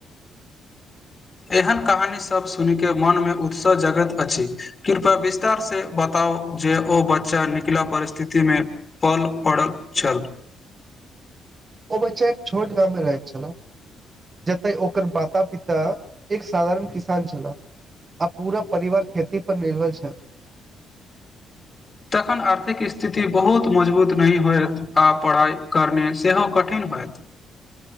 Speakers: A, on the left (about 35°); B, on the right (about 35°).
A: एहन कहानी सब सुनि क मन मे उत्साह जगैत अछि कृपया विस्तार से बताउ जे ओ बच्चा निकला परिस्थिति मे पल पड़ल छल
B: ओ बच्चा एक छोट गाम मे रहैत छल जते ओकर माता पिता एक साधारण किसान छलाह आ पूरा परिवार खेती पर निर्भर छै
A: तखन आर्थिक स्थिति बहुत मजबूत नहि होयत आ पढ़ाइ करने सेहो कठिन होयत